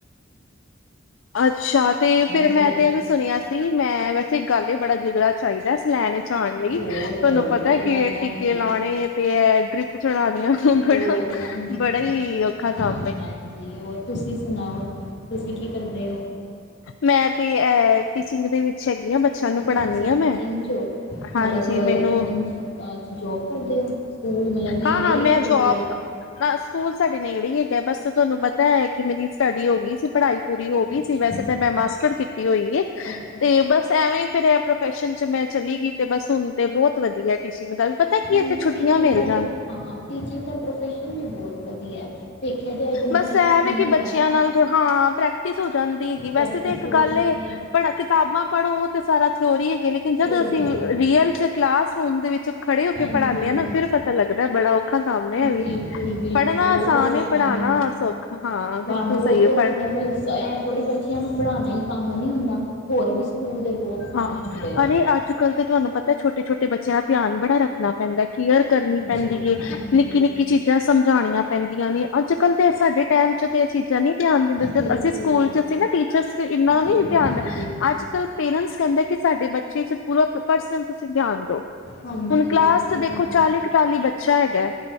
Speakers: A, on the left (about 75°); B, on the left (about 60°).
A: ਅੱਛਾ ਤੇ
B: ਇੱਦਾਂ
A: ਫੇਿਰ
B: ਹੁੰਦੀ
A: ਮੈਂ
B: ਹੈ
A: ਤੇ ਇਹ ਵੀ ਸੁਣਿਆ ਸੀ ਮੈਂ ਵੈਸੇ ਗੱਲ ਇਹ ਬੜਾ ਜਿਗੜ ਚਾਹੀਦਾ ਇਸ ਲੈਣ ਪਉਣ ਲਈ
B: ਬਹੁਤ
A: ਤੁਹਾਨੂੰ ਪਤਾ
B: ਸਹੀ
A: ਕੀ
B: ਗੱਲ ਹੈ
A: ਟੀਕੇ
B: ਹਾਂਜੀ
A: ਲਾਉਣੇ ਤੇ ਇਹ ਡਰਿਪ ਚੜਾਉਣ ਆ
B: ਬਹੁਤ
A: ਬੜਾ-ਬੜਾ
B: ਹਮ,
A: ਹੀ
B: ਅ,
A: ਔਖਾ ਕੰਮਐ
B: ਹਾਂਜੀ ਹੋਰ ਤੁਸੀਂ ਸੁਣਾਓ ਤੁਸੀਂ ਕੀ ਕਰਦੇ ਹੋ
A: ਮੈਂ ਤੇ ਅ ਟੀਚਿੰਗ ਦੇ ਵਿੱਚ ਹੈਗੀ ਆ ਬੱਚਿਆਂ ਨੂੰ
B: ਅੱਛਾ
A: ਪੜ੍ਹਾਉਦੀ
B: ਤੁਸੀਂ
A: ਹਾਂ
B: ਟੀਚਿੰਗ
A: ਮੈਂ
B: 'ਚ ਹੋ
A: ਹਾਂਜੀ
B: ਮਤਲਬ ਨ
A: ਮੈਨੂੰ
B: ਜੋਬ ਕਰਦੇ ਹੋ ਸਕੂਲ ਮਤਲਬ ਨੇੜੇ
A: ਹਾਂ-ਹਾਂ
B: ਹੀ
A: ਮੈਂ
B: ਹੈ ਦੂਰ
A: ਜੌਬ
B: ਹੈ
A: ਨਾ ਸਕੂਲ ਨੇੜੇ ਹੀ ਹੈਗਾ ਬਸ ਤੁਹਾਨੂੰ ਪਤਾ ਹੈ ਕਿ ਮੇਰੀ ਸਟੱਡੀ ਹੋ ਗਈ ਸੀ ਪੜ੍ਹਾਈ ਪੂਰੀ
B: ਅੱਛਾ
A: ਹੋ
B: ਅੱਛਾ
A: ਗਈ ਸੀ ਵੈਸੇ ਤਾਂ ਮੈਂ ਮਾਸਟਰ ਕੀਤੀ ਹੋਈ ਹੈ
B: ਅੱਛਾ ਅੱਛਾ
A: ਤੇ ਬਸ ਐਵੇਂ ਫਿਰ ਪ੍ਰੋਫੈਸ਼ਨ ਚ ਮੈਂ ਚਲੀ ਗਈ ਤੇ ਬਸ ਹੁਣ ਤੇ ਬਹੁਤ ਵਧੀਆ ਸੀ ਵੀ ਪਤਾ ਕੀ
B: ਹਾਂਜੀ
A: ਇੱਥੇ ਛੁੱਟ
B: ਟੀਚਿੰਗ
A: ਮਿਲਆਂ
B: ਦਾ ਹਾਂ ਟੀਚਿੰਗ ਦਾ ਪ੍ਰੋਫੈਸ਼ਨ ਵੀ ਬਹੁਤ ਵਧੀਆ ਹੈ ਵੇਖਿਆ ਜਾਏ ਤਾਂ ਮਤਲਬ
A: ਬਸ ਇਹ
B: ਠੀਕ
A: ਵੀ ਕਿ ਬੱਚਿਆਂ
B: ਹੈ
A: ਨਾਲ ਹਾਂ ਪ੍ਰੈਕਟਿਸ ਹੋ ਜਾਂਦੀ ਹੈਗੀ
B: ਪ੍ਰੈਕਟਿਸ
A: ਵੈਸੇ ਤਾਂ ਇੱਕ
B: ਹੋ
A: ਗੱਲ
B: ਜਾਂਦੀ ਹੈ
A: ਪੜ ਕਿਤਾਬਾਂ ਪੜ੍ਹੋ ਤੇ ਸਾਰਾ ਥੇ ਹੋ ਰਹੀ ਹੈਗੇ ਲੇਕਿਨ
B: ਥਿਊਰੀ
A: ਜਦੋਂ ਅਸੀਂ ਰੀਅਲ ਚ ਕਲਾਸਰੂਮ ਦੇ ਵਿੱਚ ਖੜੇ ਹੋ
B: ਹਾਂਜੀ
A: ਕੇ ਪੜ੍ਹਾਉਂਦੇ ਆਾਂ ਨਾ ਫਿਰ ਪਤਾ ਲੱਗਦਾ ਬੜਾ ਔਖਾ ਕੰਮ ਹੈ
B: ਬਿਲਕੁਲ
A: ਵੀ
B: ਬਿਲਕੁਲ
A: ਪੜ੍ਹਨਾ
B: ਬਹੁਤ
A: ਆਸਾਨ
B: ਔਖਾ
A: ਪੜ੍ਹਾਉਣਾ
B: ਕੰਮ ਹੈ
A: ਸੌਖਾ ਹਾਂ ਬਿਲਕੁਲ
B: ਬਹੁਤ
A: ਸਹੀ
B: ਧੋਖਾ
A: ਪਰ
B: ਹੈ ਮਤਲਬਥੋੜੀ ਬੱਚਿਆਂ ਨੂੰ ਪੜ੍ਹਾਉ ਹੀ ਕੰਮ ਨੀ ਹੁੰਦਾ ਹੋਰ ਵੀ ਸਕੂਲ ਦੇ ਬਹੁਤ ਕੰਮ
A: ਹਾਂ
B: ਹੁੰਦੇ ਨੇ
A: ਅ ਅੱਜ ਕੱਲ ਤਾਂ ਤੁਹਾਨੂੰ ਪਤਾ ਛੋਟੇ ਛੋਟੇ ਬੱਚਿਆਂ ਦਾ ਧਿਆਨ ਬੜਾ ਰੱਖਣਾ ਪੈਂਦਾ ਕੇਅਰ ਕਰਨੀ
B: ਹਾਂਜੀ
A: ਪੈਂਦੀ ਏ
B: ਹਾਂਜੀ
A: ਨਿੱਕੀ ਨਿੱਕੀ ਚੀਜ਼ਾਂ ਸਮਝਾਉਣੀਆਂ ਪੈਂਦੀਆਂ ਨੇ ਅੱਜ ਕੱਲ ਤੇ ਸਾਡੇ ਟਾਈਮ ਚ ਤੇ ਇਹ ਚੀਜ਼ਾਂ ਨ ਧਿਆਨ ਦਿੰਦੇ ਸੀ
B: ਬਿਲਕੁਲ
A: ਅਸੀਂ ਸਕੂਲ ਚ ਅਸੀਂ ਨਾ ਟੀਚਰਸ ਇੰਨਾ
B: ਹਾਂਜੀ
A: ਨੀ
B: ਹਾਂਜੀ
A: ਧਿਆਨ ਦ ਅੱਜ ਕੱਲ ਪੇਰੈਂਟਸ ਕਹਿੰਦਾ ਕਿ ਸਾਡੇ ਬੱਚੇ ਚ ਪੂਰਾ ਪਰਸਨਲ ਤੁਸੀਂ ਧਿਆਨ ਦੋ
B: ਹਾਂਜੀ
A: ਹੁਣ ਕਲਾਸ
B: ਇਹ ਤਾਂ
A: ਚ
B: ਹੈ
A: ਦੇਖੋ ਚਾਲੀ ਇਕਤਾਲੀ ਬੱਚਾ ਹੈਗਾ